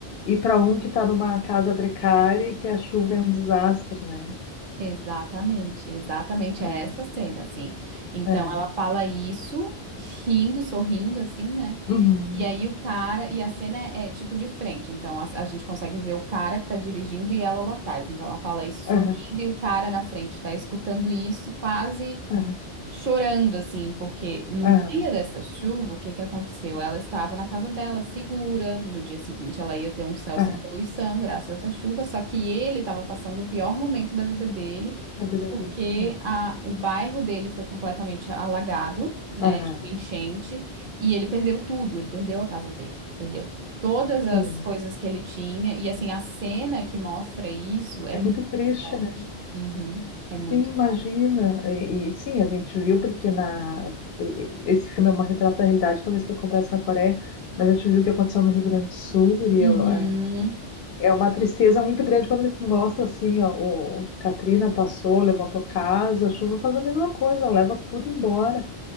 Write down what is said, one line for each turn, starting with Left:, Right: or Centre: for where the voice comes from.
Left: e para um que tá numa casa precária e que a chuva é um desastre, né?
Right: Exatamente, exatamente
Left: É,
Right: é essa cena, assim. Então
Left: aham.
Right: ela fala isso, rindo, sorrindo, assim, né?
Left: Uhum.
Right: E aí o cara, e a cena é, é, tipo de frente, então a, a gente consegue ver o cara que tá dirigindo e ela lá atrás. Então ela fala isso
Left: Aham,
Right: sorrindo e o cara na frente tá escutando isso quase
Left: aham,
Right: chorando assim, porque no
Left: aham,
Right: dia dessa chuva, o que que aconteceu? Ela estava na casa dela, segura. No dia seguinte, ela ia ter um céu
Left: aham.
Right: sem poluição, graças à chuva. Só que ele estava passando o pior momento da vida dele,
Left: A vida
Right: porque
Left: dele, imagina.
Right: a, o bairro dele foi completamente alagado, né?
Left: Aham.
Right: Tipo, enchente, e ele perdeu tudo. Ele perdeu a casa dele, perdeu todas as
Left: Sim,
Right: coisas que ele tinha. E assim, a cena que mostra isso é
Left: é
Right: muito
Left: muito triste,
Right: forte.
Left: né?
Right: Uhum, é muito
Left: Sim, imagina.
Right: forte.
Left: E, e sim, a gente viu porque na e- e- esse filme é uma retrata da realidade, talvez que acontece na Coreia, mas a gente viu o que aconteceu no Rio Grande do Sul e
Right: Uhum.
Left: eu- é, é uma tristeza muito grande quando eles mostram assim, ó, o, o Katrina passou, levantou casa, a chuva faz a mesma coisa, leva tudo embora